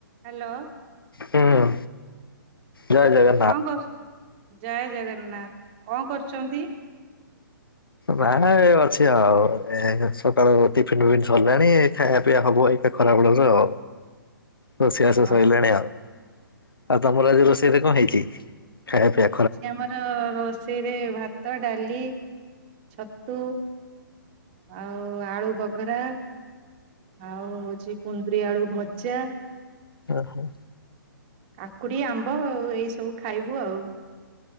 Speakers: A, on the right; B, on the left.
A: Hello
B: hello ଜୟ ଜଗ
A: କଣ କର ଜୟ ଜଗନ୍ନାଥ କଣ କରୁଚନ୍ତି?
B: ବାହାରେ ଅଛି ଆଉ ଏଇନେ ସକାଳୁ ଟିଫିିନ ପିଫିନ ସରିଲାଣି ଖାଇବା ପିଇଆ ହବ ଏଇ। ଏଇ ଖରା ବେଳର ତ ଅ ରୋଷେଇ ବାସ
A: ଅଛି
B: ସରିଲାଣି ଆଉ। ଆଉ ତମର ଆଜି ରୋଷେଇରେ କଁ ହେଇଚି ଖାଇବା ପିଇଆ?
A: ଛି ଆମର ରୋଷେଇରେ ଭାତ, ଡାଳି, ଛତୁ। ଆଉ ଆଳୁ ବଘରା। ଆଉ ହଉଚି କୁନ୍ଦୁରିି ଆଳୁ ଭଜା।
B: ଓ ହୋ।
A: ଆକୁଡ଼ି ଆମ୍ବ ଆଉ ଏଇସବୁ ଖାଇବୁ ଆଉ।